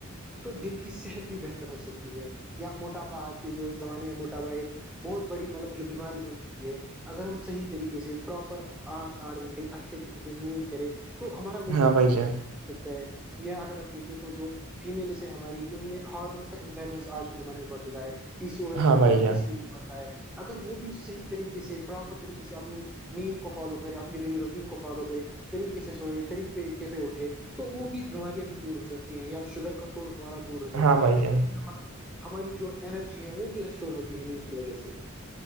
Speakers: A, in the centre; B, on the right.
A: تو دل کی صحت بھی بہتر ہو سکتی ہے یا موٹاپا آج کے جو زمانے میں موٹاپا ایک بہت بڑی مطلب جو بیماری بن چکی ہے اگر ہم صحیح طریقے سے پراپر پانچ آٹھ گھنٹے اچھے طریقے سے نیند کرے تو ہمارا موٹاپا
B: ہاں بھائی جان
A: لگتا ہے یا اگر ہم دیکھیں تو جو فیمیلس ہے ہماری ان میں ہارمونس کا امبیلنس آج کے زمانے میں بڑھ چکا ہے پی سی او ایس
B: ہاں
A: بڑھ
B: بھائی
A: رہا ہے
B: جان
A: پی سی او ڈی بڑ رہا ہے اگر وہ بھی صحیح طریقے سے پراپر طریقے سے اپنی نیند کو فالو کرے اپنی ڈیلی روٹین کو فالو کرے طریقے سے سوئے طریق طقے پہ اٹھے تو وہ بھی بیماریاں بھی دور ہو سکتی ہیں یا شوگر کنٹ ہمارا دور ہو سکتا
B: ہاں بھائی
A: ہے یہ
B: جان
A: مطلب ہماری جو انرجی ہے وہ بھی ریسٹور ہوتی ہے نیند کی وجہ سے